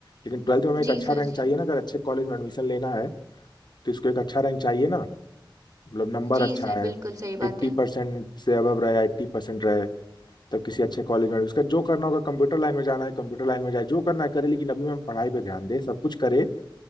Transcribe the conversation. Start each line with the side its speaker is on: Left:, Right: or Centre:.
Left: लेकिन ट्वेल्थ में हमें एक
Right: जी
Left: अच्छा
Right: सर
Left: रैंक
Right: जी
Left: चाहिए ना अगर अच्छे कॉलेज में एडमिशन लेना है तो इसको एक अच्छा रैंक चाहिए ना मतलब नंबर
Right: जी
Left: अच्छा
Right: सर
Left: है
Right: बिल्कुल सही
Left: एट्टी
Right: बात है
Left: परसेंट से अबव रहे एट्टी परसेंट रहे तब किसी अच्छे कॉलेज में उसका जो करना होगा कंप्यूटर लाइन में जाना है कंप्यूटर लाइन में जाए जो करना है करे लेकिन अभी मैम पढ़ाई पे ध्यान दे सब कुछ करे